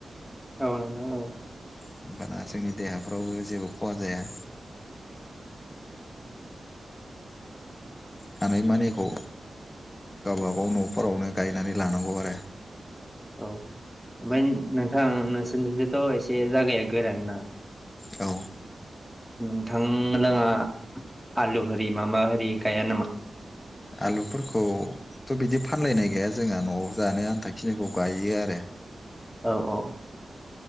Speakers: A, in the centre; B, on the left (about 30°).
A: औ नोंथां औ
B: होमबाना जोंनि देहाफ्रावबो जेबो खहा जाया। हानायमानिखौ गावबागाव न'फोरावनो गायनानै लानांगौ आरो।
A: औ ओमफ्राय नो नोंथां नोंसोरनिथथ' एसे जायागाया गोरान ना?
B: औ
A: नोंथां लोङा आलु होरि मा मा होरि गाया नामा?
B: आलुफोरखौथ' बिदि फानलायनाय गैया जोंहा न'आव जानो आन्था खिनिखौ गायो आरो।
A: औ औ